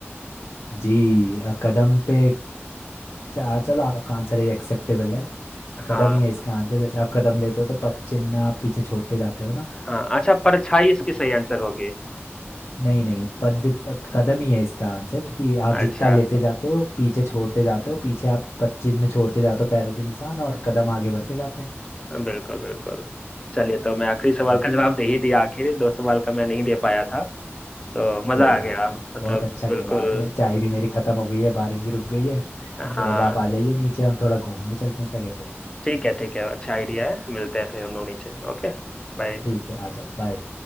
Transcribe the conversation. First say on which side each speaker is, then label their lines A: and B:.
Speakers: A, on the left; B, on the left.
A: जी अ, कदम पे च- आ चलो आपका आंसर ये एक्सेप्टेबल है कदम
B: हाँ
A: ही है इसका आंसर जैसे आप कदम लेते हो तो पद चिन्ह आप पीछे छोड़ते जाते हो ना
B: हाँ अच्छा परछाई इसकी सही आंसर होगी
A: नहीं नहीं पद अ, कदम ही है इसका आंसर कि आप
B: अच्छा
A: जितना लेते जाते हो पीछे छोड़ते जाते हो पीछे आप पद चिन्ह छोड़ते जाते हो पैरों के निशान और कदम आगे बढ़ते जाते हैं
B: बिल्कुल बिल्कुल चलिए तो मैं आखिरी सवाल
A: ओ,
B: का जवाब दे ही दिया आखिर दो सवाल का मैं नहीं दे पाया था तो मजा
A: कोई
B: आ
A: बात
B: गया
A: नहीं
B: मतलब
A: बहुत अच्छा
B: बिल्कुल
A: खेला आपने चाय भी मेरी खत्म हो गई है बारिश भी रुक गई है
B: हाँ
A: तो अब आप आ जाइए नीचे हम थोड़ा घूमने चलते हैं क्या कहते हो
B: ठीक है ठीक है अच्छा आइडिया है मिलते हैं फिर हम लोग नीचे Okay bye
A: ठीक है आ जाओ बाय